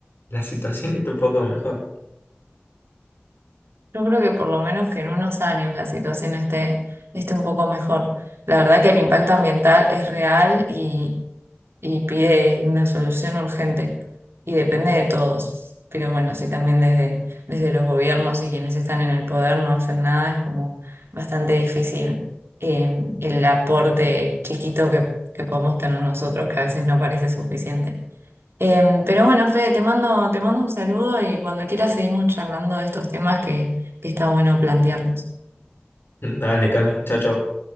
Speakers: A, on the left; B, on the right.
A: la situación esté un poco mejor.
B: Yo creo que por lo menos que en unos años la situación esté, esté un poco mejor. La verdad que el impacto ambiental es real y, y pide una solución urgente y depende de todos. Pero bueno, si también desde, desde los gobiernos y quienes están en el poder no hacen nada, es como bastante difícil eh, el aporte chiquito que, que podemos tener nosotros, que a veces no parece suficiente. Em, pero bueno, Fede, te mando, te mando un saludo y cuando quieras seguimos charlando de estos temas que, que está bueno plantearlos.
A: <laughs> Dale, Cami, chao, chao.